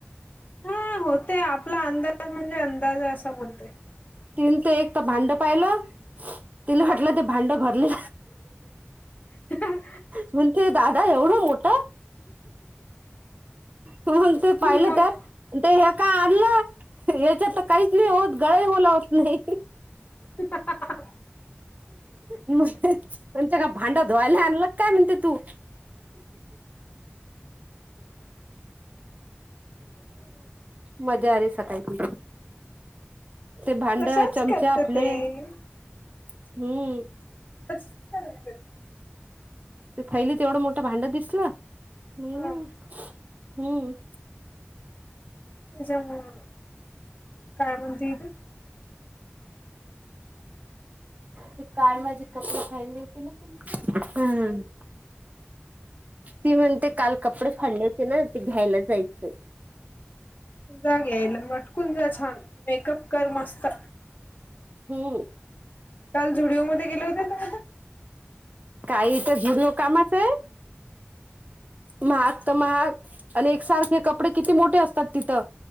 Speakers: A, on the left; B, on the right.
A: हा होते आपला अंदाज. ज म्हणजे अंदाज असा बोलते.
B: तिन ते एक तर भांड पाहिलं तिने म्हटलं ते भांड भरले.
A: ह
B: म्हण तेे दादा एवढं मोठा. हो ते
A: मग
B: पाहिलं त्यात ते हे काय आणलं. त्याता काहीच नाही होत गळा होला होत नाही.
A: <inaudible>
B: मग तुमच्या का भांडं धुवायला आणलं. काय म्हणते तू, मजा आ सकाळीची ते भांड
A: तशाच
B: चमचे
A: करते
B: आपले
A: ताई
B: हम्म
A: तसच करते
B: ते थैली ते एवढं मोठं भांड दिसलं म-
A: हा
B: हम्म
A: त्याच्यामुळ काय म्हणती.
B: ते काळ माझे कपडे खाली होती ना तिने, हम् ती म्हणते काल कपडे फाडले - ना ते घ्यायलाच जायचं
A: जा घ्यायला मटकुून जा छान मेकअप कर मस्त
B: होम्
A: काल जुडिओमध्येध्ये गेले होते तु
B: काही तर जुडओ कामाचं आहे महाग तर महाग आणि एकसारखे कपडे किती मोठे असतात तिथं